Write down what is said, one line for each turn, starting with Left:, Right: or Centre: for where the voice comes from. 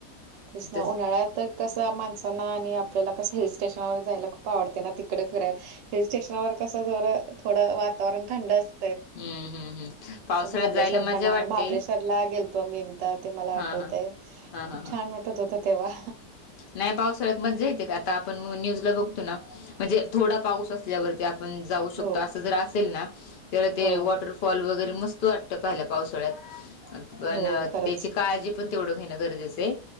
Right: तेच ना
Left: तस
Right: उन्हाळ्यातत कसं माणसांना आणि आपल्याला कसं हिलस््टेशनावर जायला खूप आवडते ना तिकडे फिरायला हिल स्टेशनावर कसं जर थोडं वातावरण थंड अस
Left: हम्म हम्म हम्म पावसाळ्यात
Right: महाबलेश्वर
Left: जायला
Right: म्हणा
Left: मजा वाटते
Right: महाबलेश्वरला गे मी एकदा ते मला
Left: हा
Right: आठवतय
Left: हा हा हा
Right: खूप
Left: हा
Right: छान वाटत होत तेव्हा
Left: नाही पाऊस हळत मजा येते का आता आपण न्यूज ला बघतो ना म्हणजे थोडा पाऊस अस आप जाऊ शकतो
Right: हो
Left: अस ज असेल ना तर
Right: हो
Left: ते वॉटर वगरे मस्त वाटत पावसाळ्यात पण
Right: हो खरंच.
Left: त्याची का पण तेवढं घेणं गरजेचं